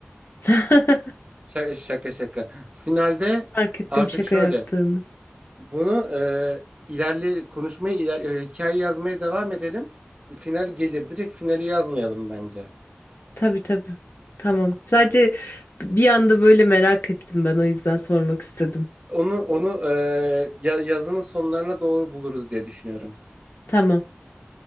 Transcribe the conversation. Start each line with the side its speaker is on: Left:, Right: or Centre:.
Left: <laughs>
Right: Şaka şaka. şaka. Finalde
Left: Fark ettim
Right: artık
Left: şaka
Right: şöyle
Left: yaptığını.
Right: bunu e, ilerle konuşmayı iler- hikaye yazmaya devam edelim. Final gelir. Direkt finali yazmayalım bence.
Left: Tabii tabii. Tamam. Sadece bir anda böyle merak ettim ben o yüzden sormak istedim.
Right: Onu onu eee, ya- yazının sonlarına doğru buluruz diye düşünüyorum.
Left: Tamam.